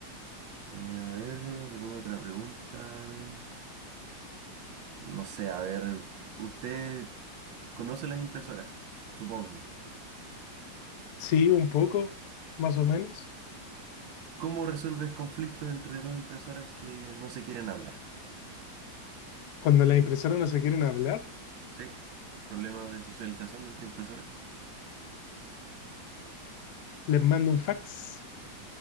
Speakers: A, on the right; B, on the left.
A: Eh, a ver, ¿alguna otra pregunta? No sé, a ver, ¿usted conoce las impresoras? Supongo.
B: Sí, un poco, más o menos.
A: ¿Cómo resuelves conflictos entre dos impresoras que no se quieren hablar?
B: Cuando las impresoras no se quieren hablar,
A: ¿Sí? Problemas de socialización entre impresoras.
B: les mando un fax